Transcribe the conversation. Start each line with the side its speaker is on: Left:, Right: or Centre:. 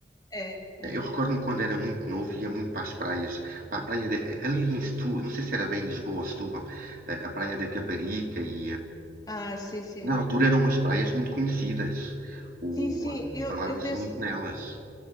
Left: É, é.
Right: Eh, Eu recordo-me quando era muito novo, ia muito para as praias, para a praia de- eh, ali em Setúbal, não sei se era bem Lisboa ou Setúbal, a, a praia da Caparica e
Left: Ah, sim, sim.
Right: Na altura eram umas praias muito conhecidas. O,
Left: Sim, sim,
Right: ah,
Left: eu,
Right: falava-se
Left: eu desse,
Right: muito nelas.